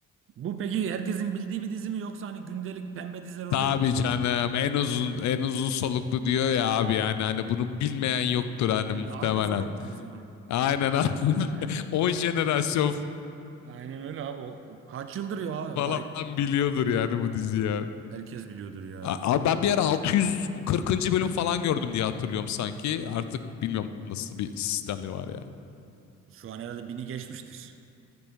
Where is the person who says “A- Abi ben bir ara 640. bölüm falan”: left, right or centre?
Left